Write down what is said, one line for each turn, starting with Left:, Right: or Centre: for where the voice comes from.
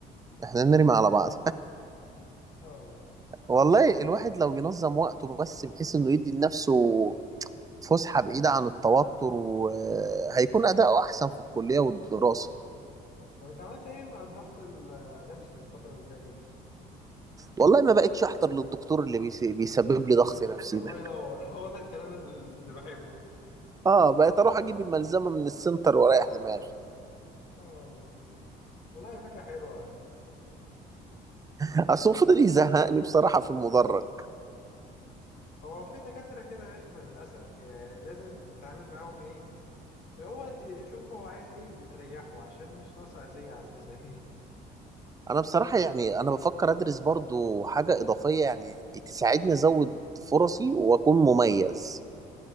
Right: احنا نرمي على بعض
Left: اه والله
Right: والله الواحد لو ينظم وقته بس بحيث انه يدي لنفسه فسحة بعيدة عن التوتر وهيكون أداؤه أحسن في الكلية والدراسة
Left: طب انت عملت ايه مع الضغط النفسي الفترة اللي فاتت دي؟
Right: والله ما بقتش أحضر للدكتور اللي بيس- بيسبب لي ضغط
Left: <laughs>
Right: نفسي
Left: الله
Right: ده
Left: ينور هو ده الكلام اللي بحبه
Right: اه بقيت أروح أجيب الملزمة من السنتر وأريح دماغي
Left: اه والله والله فكرة حلوة
Right: أصل هو فضل يزهقني بصراحة في المدرج
Left: هو في دكاترة كده رخمة للأسف يعني لازم تتعامل معاهم ايه هو تشوف هو عايز ايه وتريحه عشان مش ناقصة أذية على المثالية
Right: أنا بصراحة يعني أنا بفكر أدرس برضو حاجة إضافية يعني تساعدني أزود فرصي وأكون مميز